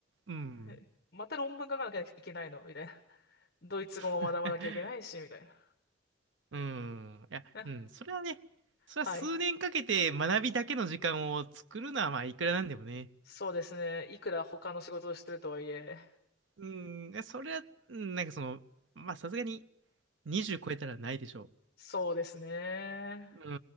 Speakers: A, on the right; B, on the left.
A: うん。
B: <laughs> また論文書かなきゃいけないのみたいな。<laughs> ドイツ語も学ばなきゃいけないし、
A: <laughs>
B: みたいな。
A: うん。いや、
B: <laughs>
A: うん。それはね、それは数年かけて学びだけの時間を作るのは、
B: はい。
A: まあ、いくらなんでもね。
B: そうですね。いくら他の仕事をしてるとはいえ、
A: うん。いやそれは、うんなんかその、まあ、さすがに20超えたらないでしょ
B: そうですね。
A: う。う